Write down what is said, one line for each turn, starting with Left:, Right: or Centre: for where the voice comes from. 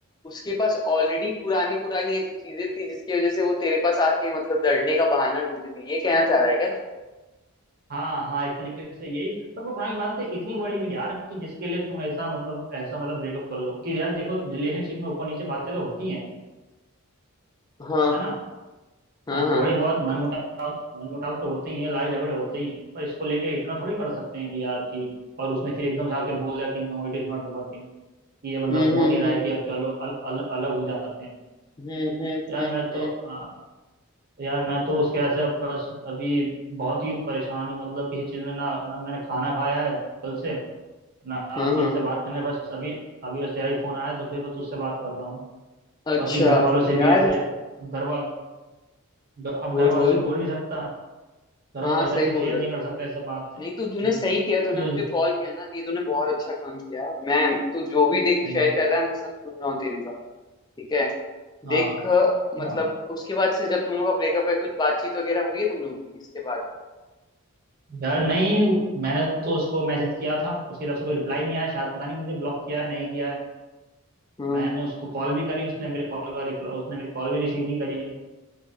Left: उसके पास ऑलरेडी पुरानी पुरानी ऐसी चीजें थी जिसकी वजह से वो तेरे पास आके मतलब लड़ने का बहाना ढूंढती थी ये कहना चाह रहा है क्या तू
Right: हाँ हाँ एक तरीके से यही पर वो पुरानी बातें इतनी बड़ी भी नहीं यार कि जिसके लिए तुम ऐसा मतलब ऐसा मतलब ब्रेकअप कर लो कि यार देखो रिलेशनशिप में ऊपर नीचे बातें तो होती हैं
Left: हाँ
Right: है ना
Left: हाँ
Right: हाँ
Left: हाँ
Right: थोड़ी बहुत मनमुटाव मनमुटाव तो होते ही है लड़ाई झगड़े होते ही हैं पर इसको लेके इतना थोड़ी कर सकते हैं कि यार कि और उसने फिर एकदम से आके बोल दिया कि no it is not working कि ये मतलब
Left: हम्म
Right: हो
Left: हम्म
Right: नहीं रहा
Left: हम्म
Right: है कि अब चलो अल, अल, अलग हो जाते हैं
Left: हम्म हम्म
Right: यार
Left: हम्म
Right: मैं तो
Left: हम्म,
Right: आ, यार मैं तो उसके ऐसे अब बस अभी बहुत ही परेशान हूँ मतलब किसी चीज़ में ना ना मैंने खाना खाया है कल से ना
Left: हाँ हाँ
Right: किसी से बात करने बस अभी अभी बस तेरा ही फोन आया तो फिर बस उससे बात कर रहा हूँ
Left: अच्छा
Right: बाकी घर वालों से
Left: यार
Right: भी ऐसे अब घर वाल अब
Left: बोल
Right: घर वालों
Left: बोल
Right: से बोल नहीं सकता घर
Left: हाँ
Right: वालों
Left: सही
Right: से सब
Left: बोल
Right: शेयर
Left: रहा
Right: नहीं
Left: था
Right: कर सकते सब बात से
Left: नहीं
Right: हम्म,
Left: तो तूने सही किया तूने
Right: यूज
Left: मुझे कॉल किया ना तो ये तूने बहुत अच्छा काम किया मैं तू जो भी देख
Right: हाँ
Left: शेयर कर रहा है मैं सब सुन रहा हूँ तेरी बात ठीक है
Right: हाँ
Left: देख
Right: हाँ।
Left: मतलब उसके बाद से जब तुम लोग का ब्रेकअप है कुछ बातचीत वगैरह हुई है तुम लोग की इसके बाद
Right: यार नहीं मैंने तो उसको मैसेज किया था उसकी तरफ से कोई रिप्लाई नहीं आया शायद पता नहीं मुझे ब्लॉक किया है नहीं किया है
Left: हाँ
Right: मैंने उसको कॉल भी करी उसने मेरी कॉल का रिप्लाई उसने मेरी कॉल भी रिसीव नहीं करी है